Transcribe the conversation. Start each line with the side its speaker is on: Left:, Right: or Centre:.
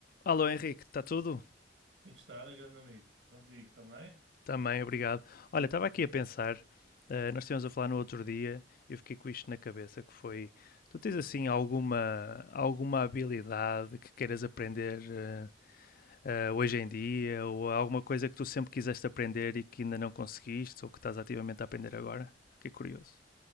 Left: Alô Henrique, está tudo?
Right: Tem que estar, é grande amigo. Contigo também?
Left: Também, obrigado. Olha, estava aqui a pensar, eh, nós estivemos a falar no outro dia e eu fiquei com isto na cabeça, que foi, tu tens assim alguma, alguma habilidade que queiras aprender eh, eh, hoje em dia, ou alguma coisa que tu sempre quiseste aprender e que ainda não conseguiste, ou que estás ativamente a aprender agora? Fiquei curioso.